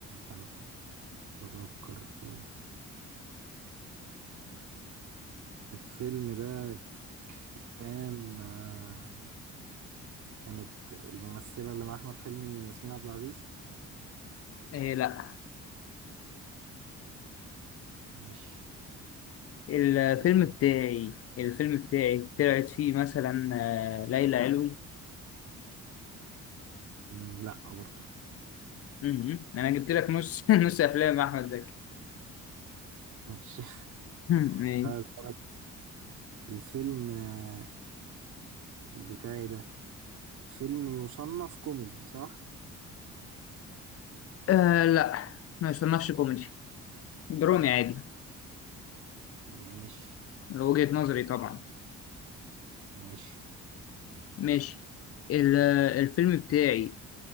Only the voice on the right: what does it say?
أنا بفكر في الفيلم ده كان آه، كانت الممثلة اللي مع أحمد حلمي ياسمين عبد العزيز
ماشي
يسأل
أنت
مم، لأ برضه
ماشي <laughs>
هسألك الفيلم آه، بتاعي ده فيلم يصنف كوميدي صح؟
ماشي
ماشي